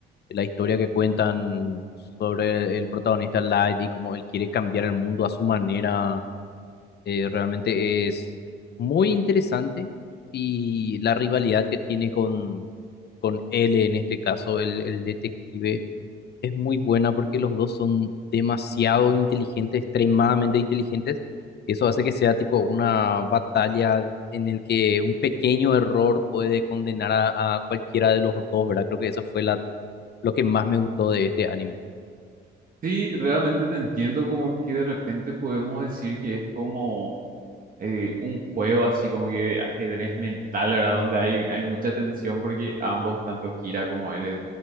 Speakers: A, on the left; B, on the right.
A: eh, La historia que cuentan sobre el protagonista Light y cómo él quiere cambiar el mundo a su manera, eh, realmente es muy interesante. Y la rivalidad que tiene con, con L, en este caso, el, el detective es muy buena porque los dos son demasiado inteligentes, extremadamente inteligentes. Eso hace que sea tipo una batalla en el que un pequeño error puede condenar a, a cualquiera de los dos, ¿verdad? Creo que eso fue la, lo que más me gustó de este anime.
B: Sí, realmente te entiendo como que de repente podemos decir que es como eh, un juego así como que de ajedrez mental, ¿verdad? Donde hay, hay mucha tensión porque ambos, tanto Kira como él, eh,